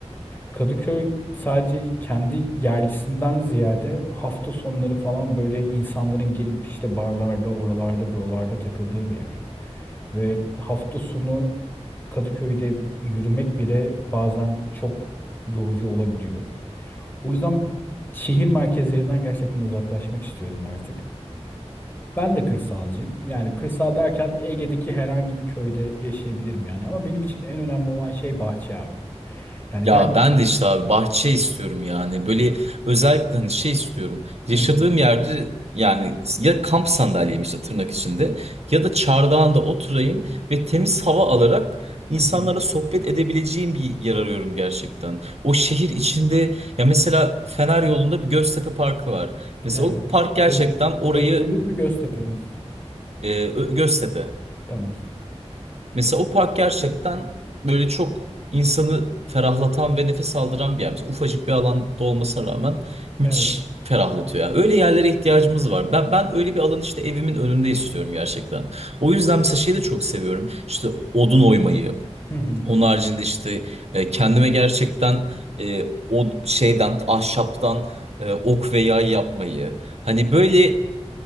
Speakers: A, on the left; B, on the right.
A: Kadıköy sadece kendi yerlisinden ziyade hafta sonları falan böyle insanların gelip işte barlarda, oralarda, buralarda takıldığı bir yer. Ve hafta sonu Kadıköy'de yürümek bile bazen çok yorucu olabiliyor. O yüzden şehir merkezlerinden gerçekten uzaklaşmak istiyorum artık. Ben de kırsalcıyım. Yani kırsal derken Ege'deki herhangi bir köyde yaşayabilirim yani. Ama benim için en önemli olan şey bahçe abi. Yani
B: Ya
A: gerçekten...
B: ben de işte abi bahçe istiyorum yani. Böyle özellikle hani şey istiyorum. Yaşadığım
A: Hı hı,
B: yerde yani ya kamp sandalyem işte tırnak içinde ya da çardağında oturayım ve temiz hava alarak insanlara
A: hı hı.
B: sohbet edebileceğim bir yer arıyorum gerçekten. O şehir içinde ya mesela Fener yolunda bir Göztepe Parkı var. Mesela
A: Evet.
B: o park gerçekten
A: Öz-
B: orayı
A: Özgürlük mü Göztepe mi?
B: e, Ö- Göztepe.
A: Tamam.
B: Mesela o park gerçekten böyle çok insanı ferahlatan ve nefes aldıran bir yer. Mesela ufacık bir alanda olmasına rağmen müthiş
A: Evet.
B: ferahlatıyor. Yani öyle yerlere ihtiyacımız var. Ben, ben öyle bir alan işte evimin önünde istiyorum gerçekten. O yüzden mesela şeyi de çok seviyorum. İşte odun oymayı.
A: Hı hı.
B: Onun haricinde işte e, kendime gerçekten e, o şeyden, ahşaptan e, ok ve yay yapmayı. Hani böyle